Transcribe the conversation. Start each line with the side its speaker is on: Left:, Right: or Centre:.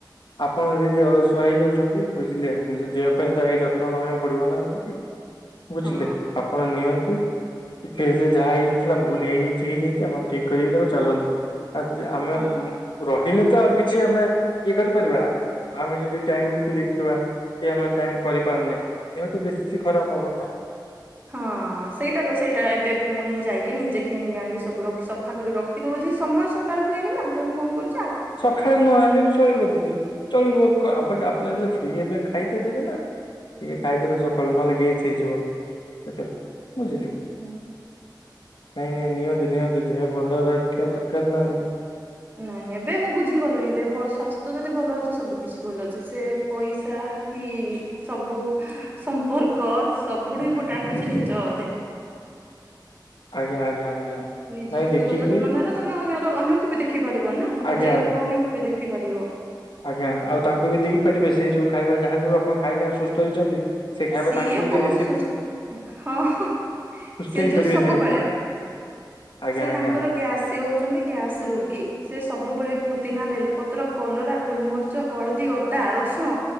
Left: ଆପଣ ଯିଦି ଅଳସୁଆ ହେଇଯାଉଛନ୍ତି ବୁଝିଲେ ନିଜ ଦେହ ପାଇଁ ତାେ ଯତ୍ନ ନବା ପାଇଁ ପଡିବ ନା ନା <unintelligible> ବୁଝିଲେ
Right: ହଁ।
Left: ଆପଣ ନିଅନ୍ତୁ। କି ଫେଜରେ ଯାହା ହେଇଯାଇଥିଲା ଭୁଲ ହେଇଯାଇଛି ହେଇଯାଇଛି ଆପଣ ଠିକ୍ କରିିକି ତାକୁ ଚାଲନ୍ତୁ। ଆଜି ଆମେ
Right: ହଁ
Left: ରହିଲେ ତ ଆଉ କିଛି ଆମେ ଇଏ କରିପାରିବା। ଆମେ ଯଦି ଟାଇମକୁୁ ଦେଖିବା। କି ଆମେ ଟାଇମ କରିପାରୁନେ ଦେହତ ବେଶୀ ଖରାପ ହବ ନା।
Right: ହଁ ସେଇଟା ତ ସେଇଟା ଏବେ ପୁଣି ଯାଇକି ନିଜେ କିଣିକି ଆଣିକି ସବୁ ରଖି ସଫା କରି ରଖ କି ଦଉଛି ସମୟ ସକାଳ ହୁଏନି ନା ତେଣୁ କଣ କରୁ
Left: ସକାଳେ ନହଲେ ବି ଚଳିବ ଦିଦି ଚଳିବ ଆପଟ ଆପଣ ଯେବେ ଫ୍ରି ହେବେ ଖାଇତେ ଦେବେ ନା। ଟିକେ ଖାଇଦେବେ ସକାଳୁ ନହେଲେ ଗେସ୍ ହେଇଯିବ ସେଟା ବୁଝିଲେ?
Right: ହୁଁ।
Left: ନାଇଁ ନାଇଁ ନିଅନ୍ତୁ ନିଅନ୍ତୁ ଦେହ ଭଲ ରଖିବା ଦରକାର ନା।
Right: ନାଇଁ ଏବେ ମୁଁ ବୁଝିଗଲିଣିି ଦେହ ସ୍ୱସ୍ଥ୍ୟ ଯଦି ଭଲ ଅଛି ସବୁ କିଛି ଭଲ ଅଛି ସେ ପଇସା କି ସବୁ ସମ୍ପର୍କ ସବୁଠୁ ଇମ୍ପୋର୍ଟାଣ୍ଟ ହଉଛି ନିଜ ଦେହ।
Left: ଆଜ୍ଞା ଆଜ୍ଞା ଆଜ୍ଞା।
Right: ନିଜର
Left: ନାଇଁ
Right: ଦେହ
Left: ଦେଖିକି
Right: ଯତ୍ନ ନେଲେ ତମେ ଅନ୍ୟର ଅନ୍ୟକୁ ବି ଦେଖିପାରିବ ନା
Left: ଆଜ୍ଞା
Right: ନିଜ ଲୋକ ଅନ୍ୟକୁ ବି ଦେଖିପାରିବ।
Left: ଆଜ୍ଞା ଆଉ ତାଙ୍କୁ ବି ଦେଇପାରିବେ ସେଇ ଯୋଉ ଖାଇବା ଯାହା ଯଉ ଆପଣ ଖାଇକି ଆସୁ ଶୋଇଛନ୍ତି ସେ ଖାଇବା
Right: ସିଏ
Left: ତାଙ୍କୁ ବି
Right: ବହୁତ
Left: ଦେଲେ ସେ
Right: ସୁସ୍ଥ
Left: ବି
Right: ହଁ
Left: ସୁସ୍ଥ
Right: ସିଏ
Left: ହେଇ
Right: ଯୋଉ
Left: ପାରିବେ
Right: ସବୁବେଳେ
Left: ସେ ବି। ଆଜ୍ଞା
Right: ସେ ତାଙ୍କର
Left: ଆଜ୍ଞା
Right: ଗ୍ୟାସ ସେ ହୋ ହୋଉ ଛନ୍ତି ଗ୍ୟାସ ରୋଗୀ ସେ ସବୁବେଳେ ପୁଦିନା ବେଲପତ୍ର କଲରା ଗୁଲମରିଚ ହଳଦୀ ଅଦା ରସୁଣ